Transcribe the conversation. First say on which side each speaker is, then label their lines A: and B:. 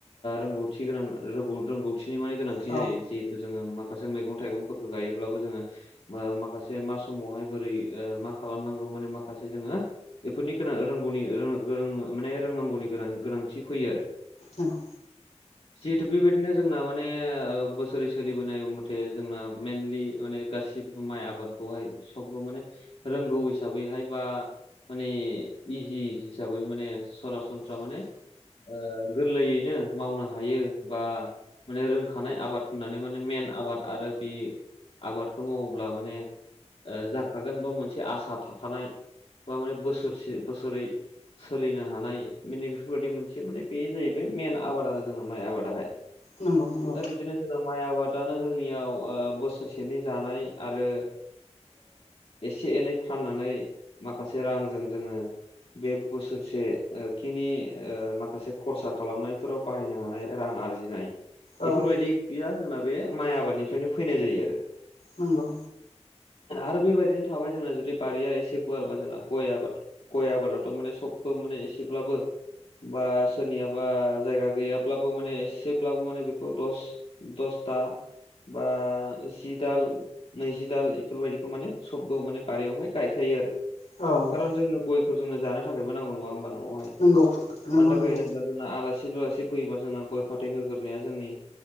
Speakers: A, on the left (about 55°); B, on the left (about 80°).
A: रोंगौथि गोनां रोंगौथिनि माने गोनांथि
B: औ
A: जायो जिहेथु जोङो माखासे मैगं थाइगंफोरखौ गायोब्लाबो जोङो माखासे मा समावहाय बोरै मा खालामनांगौ माने माखासे जोङो बेफोरनि गोनां रोंगौनि गोरों माने रोंनांगौनि गोनान गोनांथि फैयो आरो
B: नंगौ
A: जिहेथु बेबायदिनो जोंना माने बोसोरै सोलिबोनाय मथे जोंना मेइनलि माने गासिबो माइ आबादखौहाय सबबो माने रोंगौ हिसाबैहाय बा माने इजि हिसाबै माने सरासनस्रा माने ओ गोरलैयैनो मावनो हायो बा माने रोंखानाय आबाद होननानै माने मेन आबाद आरो बे आबादखौ मावोब्ला माने जाखागोन बा मोनसे आसा थाखानाय बा माने बोसोरसे बोसोरै सोलिनो हानाय माने बेफोरबादि मोनसे माने बेयो जाहैबाय मेन आबाद आरो जोंना माइ आबादाहाय
B: नंगौ नंगौ
A: दा बिदिनो जोंना माइ आबादानो जोंनियाव बोसोरसेनि जानाय आरो एसे एनै फाननानै माखासे रांजों जोङो बे बोसोरसे खिनि माखासे खरसा खालामनायफोराव बाहायनो हानाय रां आरजिनाय
B: औ
A: बेफोरबायदि गैया जोंना बे माइ आबादनिफ्रायनो फैनाय जायो आरो
B: नंगौ
A: आरो बे बायदिनो थाबाय जोंना जुदि बारिया एसे गुवारबा जोंना गय‌ आबाद गय आबादाथ' माने सबबो माने एसेब्लाबो बा सोरनियाबा जायगा गैयाब्लाबो माने एसेब्लाबो माने बेखौ दस दसथा बा जिदाल नैजि दाल बेफोरबायाददिखौ माने सबबो माने बारियावहाय गायखायो आरो
B: औ
A: खारन जोंनो गयखौ जोंनो जानो थाखायबो नांगौ नङा होमबा न'आवहाय
B: नंगौ नंगौ
A: मानि थाखाय
B: नंगौ
A: होनोब्ला जोंना आलासि उलासि फैयोबा जोंना गय फाथै होग्रोनाया जोंनि